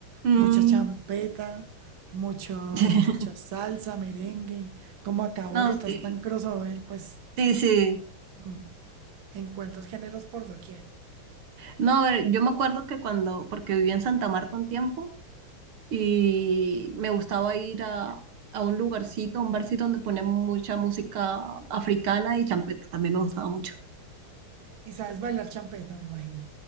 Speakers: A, on the right; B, on the right.
A: Mm,
B: mucha champeta, mucho,
A: <laughs>
B: mucha salsa, merengue. Como acá Bogotá
A: no, sí.
B: es tan crossover, pues
A: Sí, sí.
B: mm, encuentros géneros por doquier.
A: No, a ver, yo me acuerdo que cuando, porque viví en Santa Marta un tiempo y me gustaba ir a, a un lugarcito, un barcito donde ponían mucha música africana y champeta, también me gustaba mucho.
B: Y sabes bailar champeta, me imagino.